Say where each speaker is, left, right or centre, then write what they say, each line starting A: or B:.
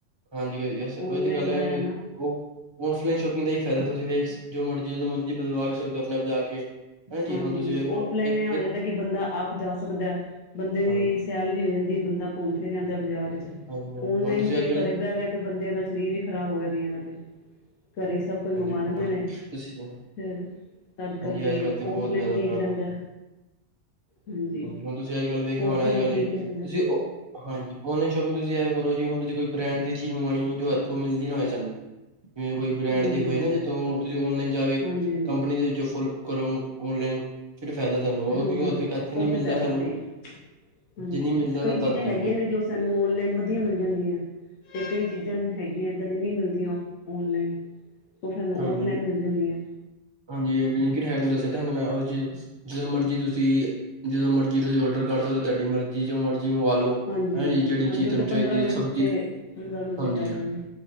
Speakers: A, on the right; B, on the left.
A: ਹਾਂਜੀ
B: ਔਨਲਾਈਨ
A: ਉਹੀ ਤੇ ਗੱਲ
B: ਦਾ
A: ਐ
B: ਹੈ ਨਾ
A: ਉਹ ਔਫਲਾਈਨ ਸ਼ੋਪਿੰਗ ਦਾ ਹੀ ਫਾਇਦਾ ਤੁਸੀਂ ਵੇਖ ਜੋ ਮਰਜ਼ੀ ਜਦੋਂ ਮਰਜ਼ੀ ਬਦਵਾ ਵੀ ਸਕਦੇ ਹੋ ਆਪਣੇ ਆਪ ਜਾ ਕੇ ਹਾਂਜੀ
B: ਹਾਂਜੀ-ਹਾਂਜੀ
A: ਹੁਣ ਤੁਸੀਂ ਵੇਖ ਲਓ
B: ਔਫਲਾਈਨ
A: ਇੱਕ
B: ਇਹ ਆ
A: ਇੱਕ
B: ਜਾਂਦਾ ਕਿ ਬੰਦਾ ਆਪ ਜਾ ਸਕਦਾ ਬੰਦੇ ਦੀ
A: ਹਾਂਜੀ
B: ਸੈਲ ਵੀ ਹੋ ਜਾਂਦੀ ਬੰਦਾ ਘੁੰਮ ਫਿਰ ਆਦਾ ਬਜ਼ਾਰ 'ਚ
A: ਹਾਂਜੀ ਹਾਂਜੀ
B: ਔਨਲਾਈਨ
A: ਹੁਣ ਤੁਸੀਂ
B: ਤੇ
A: ਅੱਜ ਕੱਲ
B: ਘਰੇ ਬਹਿ-ਬਹਿ ਕੇ ਬੰਦਿਆਂ ਦਾ ਸਰੀਰ ਵੀ ਖ਼ਰਾਬ ਹੋ ਗਿਆ ਕਈਆ ਦਾ ਤੇ, ਘਰੇ ਸਭ ਕੋਈ
A: ਹਾਂਜੀ
B: ਮੰਗਵਾ ਲੈਂਦੇ
A: ਹਾਂਜੀ
B: ਨੇ,
A: ਤੁਸੀਂ
B: ਫਿਰ ਤਦ ਕਰਕੇ
A: ਹਾਂਜੀ ਅੱਜ ਕੱਲ੍ਹ ਤਾਂ ਬਹੁਤ
B: ਔਫਲਾਈਨ
A: ਜ਼ਿਆਦਾ
B: ਠੀਕ
A: ਖ਼ਰਾਬ
B: ਰਹਿੰਦਾ,
A: ਹੈ
B: ਹਾਂਜੀ
A: ਹੁਣ ਤੁਸੀਂ ਅੱਜ ਕੱਲ੍ਹ ਵੇਖਿਆ ਹੋਣਾ
B: ਔਫਲਾਈਨ
A: ਅੱਜ ਕੱਲ੍ਹ
B: ਠੀਕ ਰਹਿੰਦਾ।
A: <unintelligible> ਹਾਂਜੀ ਔਨਲਾਈਨ ਸ਼ੋਪਿੰਗ ਤੁਸੀਂ ਇਹ ਕਰੋ ਜੀ ਹੁਨ ਤੁਸੀ ਕੋਈ ਬ੍ਰੈਂਡ ਦੀ ਚੀਜ਼ ਮੰਗਵਾਣੀ ਐ, ਜੋ ਇੱਥੋਂ ਮਿਲਦੀ ਨਾ ਹੋਏ ਸਾਨੂੰ ਜਿਵੇਂ ਕੋਈ ਬ੍ਰੈੰਡ
B: ਹਾਂਜੀ
A: ਦੇ ਹੋਏ
B: ਹਾਂਜੀ
A: ਨਾ ਜਿੱਥੋਂ ਤੁਸੀਂ ਔਨਲਾਈਨ ਜਾ ਕੇ
B: ਹਾਂਜੀ ਹਾਂਜੀ
A: ਕੰਪਨੀ ਦੇ ਵਿੱਚ ਫੁਲ ਕਰੋ ਔਨਲਾਈਨ ਫਿਰ ਫਾਇਦਾ ਤੁਹਾਨੂੰ, ਉਹ
B: ਹਾਂਜੀ
A: ਕਿਉਂਕਿ ਉੱਥੇ
B: ਹਾਂਜੀ
A: ਇੱਥੇ ਨਹੀਂ
B: ਉਹ
A: ਮਿਲਦਾ
B: ਤਾਂ ਫਾਇਦਾ
A: ਸਾਨੂੰ
B: ਸਹੀ ਆ ਹਾਂਜੀ
A: ਜੇ ਨਹੀਂ ਮਿਲਦਾ
B: ਕਈ
A: ਤਾਂ
B: ਚੀਜ਼ਾਂ
A: ਤਦ ਠੀਕ
B: ਹੈਗੀਆਂ
A: ਐ।
B: ਨੇ ਜੋ ਸਾਨੂੰ ਔਨਲਾਈਨ ਵਧੀਆ ਮਿਲ ਜਾਂਦੀਆਂ। ਕਿਸੇ ਵੀ ਚੀਜ਼ਾਂ ਹੈਗੀਆਂ ਏਦਾਂ ਦੀ ਨਹੀਂ ਮਿਲਦੀਆਂ ਔਨਲਾਈਨ ਉਹ ਸਾਨੂੰ
A: ਹਾਂਜੀ
B: ਔਫਲਾਈਨ ਮਿਲ ਜਾਂਦੀ ਏ
A: ਹਾਂਜੀ ਬਿੰਲਕਿਟ ਹੈ ਨਾ ਦੱਸਿਆ ਤੇ ਹ ਮੈਂ ਚ ਜਦੋਂ ਮਰਜ਼ੀ ਤੁਸੀਂ, ਜਦੋਂ ਮਰਜ਼ੀ ਤੁਸੀਂ ਔਡਰ ਕਰ ਸਕਦੇ ਔ ਤੁਹਾਡੀ ਮਰਜ਼ੀ ਜੋ ਮਰਜ਼ੀ ਮੰਵਾ ਲਓ।
B: ਹਾਂਜੀ-ਹਾਂਜੀ-ਹਾਂਜੀ
A: ਹਾਂਜੀ ਜਿਹੜੀ ਚੀਜ਼
B: ਉਹ
A: ਤੁਹਾਨੂੰ
B: ਤੇ
A: ਚਾਹੀਦੀ
B: ਪੰਦਰਾਂ
A: ਹੈ
B: ਮਿੰਟ
A: ਸਬਜ਼ੀ
B: ਤੇ ਪੰਦਰਾਂ ਮਿੰਟ
A: ਹਾਂਜੀ
B: ਚ ਆ ਜਾਂਦੀ ਏ